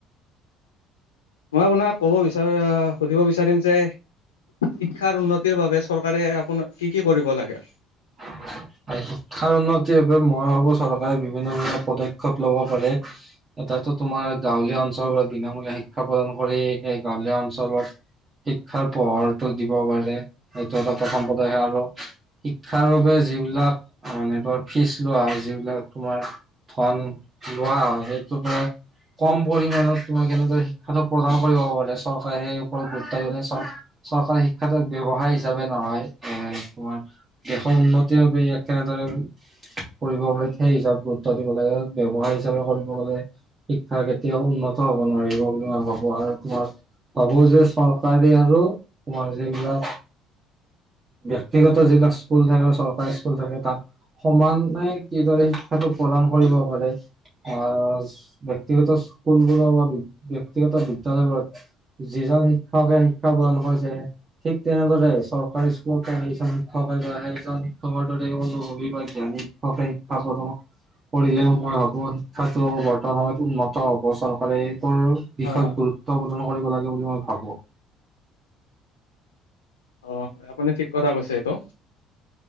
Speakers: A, on the left; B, on the right.
A: মই আপোনাক ক'ব বিচাৰ অ' সুধিব বিচাৰিম যে শিক্ষাৰ উন্নতিৰ বাবে চৰকাৰে আপোনাক কি কি কৰিব লাগে
B: <unintelligible> শিক্ষাৰ উন্নতিৰ বাবে মই ভাবো চৰকাৰে বিভিন্ন ধৰণৰ পদক্ষেপ লব পাৰে এটাতটো তোমাৰ গাঁৱলীয়া
A: হয়
B: অঞ্চলত বিনামূলীয়া শিক্ষা প্ৰদান কৰি গাঁৱলীয়া অঞ্চলত খাৰ পোহৰটো দিব পাৰে সেইটো প্ৰথম পদক্ষে আৰু শিক্ষাৰ বাবে যিবিলাক মানে তোমাৰ ফিজ লোৱা হয় যিবিলাক তোমাৰ ধন লোৱা হয়, সেইটো মানে কম পৰিমানত তোমাক এনেদৰে শিক্ষাটো প্ৰদান কৰিব পাৰে চৰকাৰে সেই ওপৰত গুৰুত্ব দিল চৰকাৰী শিক্ষা এক ব্যৱসায় হিচাপে নহয় এ তোমাৰ দেশৰ উন্নতিৰ বাবে ইয়াক কেনেদৰে কৰিব পে সেই হিচাপ গুৰুত্ব দিব লাগে ব্য্ৱসায় হিচাপে কৰিব গলে শিক্ষা কেতিয়াও উন্নত হ'ব নোৱাৰিব বুলি হ'ব আৰু ঘৰত সাব যে চৰকাৰে আৰু মজিলা ব্যক্তিগত যিবিলাক স্কুল থাকে বা চৰকাৰী স্কুল থাকে তাত সমানে কিদৰে শিক্ষাটো প্ৰদান কৰিব পাৰে। অ' ব্যক্তিগত স্কুলবোৰ বা ব্যক্তিগত বিদ্যালয় বোৰত যি চব শিক্ষকে শিক্ষা গ্ৰহণ কৰিছে হে। ঠিক তেনেদৰে চৰকাৰী স্কুলৰ পৰা সেইজন শিক্ষক বা সেইজন তোমাৰ দৰে কোনোবা জ্ঞাণী শিক্ষাকে ফাৰ্ষ্টত হ'ব পঢ়িলেও মই ভাবো শিক্ষাটো বৰ্তমানত উন্নত হব চৰকাৰে অ',
A: হয়
B: বিষয়ত
A: হয়।
B: গুৰুত্ব প্ৰদান কৰিব লাগে বুলি মই ভাবো।
A: অ' আপুনি ঠিক কথা কৈছে এইটো।